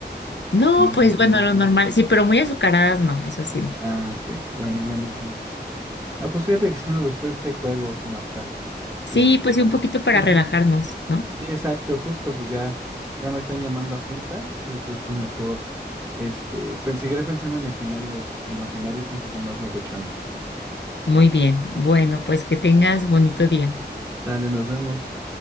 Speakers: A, on the left; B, on the right.
A: No,
B: los nutrientes.
A: pues bueno, lo normal, sí, pero muy azucaradas no, eso sí no.
B: Ah, ok. Bueno, menos mal. Ah, pues fíjate que sí me gustó este juego, Marta.
A: Sí,
B: Este,
A: pues sí, un poquito para
B: ujú.
A: relajarnos, ¿no?
B: Sí, exacto, justo, pues ya, ya me están llamando a junta. Yo creo que mejor, este, pues seguiré pensando en escenarios imaginarios un poco más locochones.
A: Muy bien, bueno, pues que tengas bonito día.
B: Sale, nos vemos.